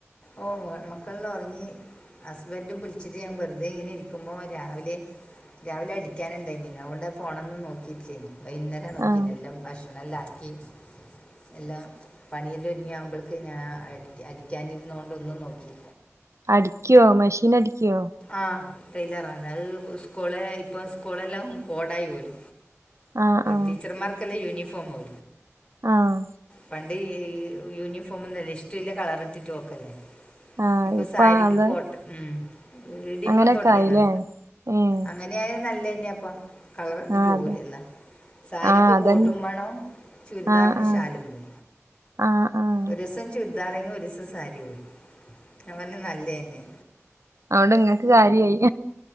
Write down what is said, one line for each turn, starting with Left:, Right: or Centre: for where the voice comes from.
Left: ഓ മക്കളെല്ലാം ഉറങ്ങി. ഹസ്ബൻഡും വിളിച്ചിട്ട് ഞാൻ വെറുതെ ഇങ്ങനെ ഇരിക്കുമ്പോ രാവിലെ രാവിലെ അടിക്കാനുണ്ടായിന അതുകൊണ്ട് ഫോണൊന്നും നോക്കിട്ടേല്ലയുന്നു വൈകുന്നേം നോക്കീനെ
Right: ആഹ്
Left: എല്ലാം ഭക്ഷ ല്ലാം ആക്കി എല്ലാം പണിയെല്ലാം ഒരുങ്ങിയ ആകുമ്പൾക്ക് ഞാൻ. അടി അടിക്കാനിരുന്നോണ്ട് ഒന്നും നോക്കി
Right: അടിക്കുവോ മെഷീൻ അടിക്കുവോ?
Left: ആഹ് തയിലറാന്ന് അത് സ്കൂള ഇപ്പ സ്കൂളെല്ലാം കോടായി പോലു.
Right: ആഹ് ആഹ്
Left: ടീച്ചർമാർക്കെല്ലാം യൂണിഫോം <unintelligible>
Right: ആഹ്
Left: പണ്ട് യൂണിഫോമൊന്നുല്ല ഇഷ്ടൊല്ല കളർ ഇട്ടിട്ട് <unintelligible>
Right: ആഹ്
Left: ഇപ്പൊ
Right: ഇപ്പ
Left: സാരിക്ക്
Right: അത്
Left: കോട്ട് ഉം ഈടിപ്പം
Right: അങ്ങനെയൊക്കെ
Left: തുടങ്ങിയതാ
Right: ആയില്ലേ ഏഹ്
Left: അങ്ങ അനായ നല്ലന്നെയ അപ്പ കളർ ഇട്ട്
Right: ആഹ്
Left: പോവുലല്ല.
Right: അതെ
Left: സാരിക്ക്
Right: ആഹ് അതന്നെ
Left: കോട്ടും വേണം ചുരിദാറിന്
Right: ആഹ് ആഹ്
Left: ശാലും വേ
Right: ആഹ് ആഹ്
Left: ഒരുസം ചുരിദാറങ്ങി ഒരുസം സാരി പോയി ഞാൻ പറഞ്ഞു നല്ലന്നെ.
Right: അഓണ്ട് ഇങ്ങക്ക് കാര്യായി.